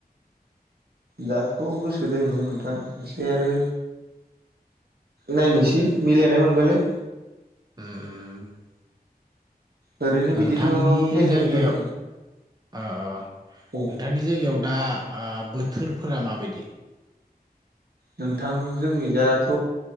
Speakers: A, on the right; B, on the right.
A: दाथ' गोसो दोङो नोंथां एसे आरो नायनोसै मिलायनाय मोनबालाय
B: उ उ उ
A: ओरैनो
B: नोंथांनि
A: बिदिथ' प्लेनिंथ'
B: जायगायाव
A: दोङो
B: ओ
A: औ
B: नोंथांनि जायगायाव दा आ बोथोरफोरा माबायदि
A: नोंथां जोंनि दाथ'